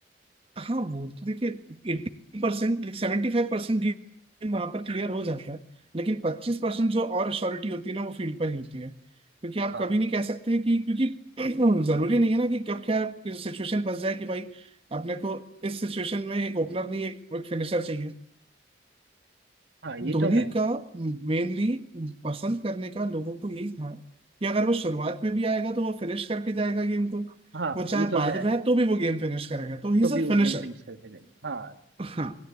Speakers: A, on the right (about 30°); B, on the right (about 80°).
A: हाँ वो तो देखिए एट्टी परसेंट लाइक सेवेंटी फाइव परसेंट गेम वहां पर क्लियर हो जाता है लेकिन पच्चीस परसेंट जो और श्योरिटी होती है ना वो फील्ड पर ही होती है क्योंकि आप
B: हाँ
A: कभी नहीं कह सकते कि क्योंकि <clears throat> जरूरी नहीं है ना कि कब क्या सिचुएशन फंस जाए कि भाई अपने को इस सिचुएशन में एक ओपनर नहीं एक, एक फिनिशर चाहिए
B: हाँ ये
A: धोनी
B: तो है
A: का मेनली पसंद करने का लोगों को यही था कि अगर वो शुरुआत में भी आएगा तो वो फिनिश करके जाएगा गेम को
B: हाँ
A: वो चाहे
B: ये तो
A: बाद
B: है
A: में आए तो भी वो गेम फिनिश करेगा तो ही
B: तो
A: इज
B: भी
A: अ
B: वो
A: फिनिशर
B: गेम फिनिश करके जाएगा हाँ
A: हाँ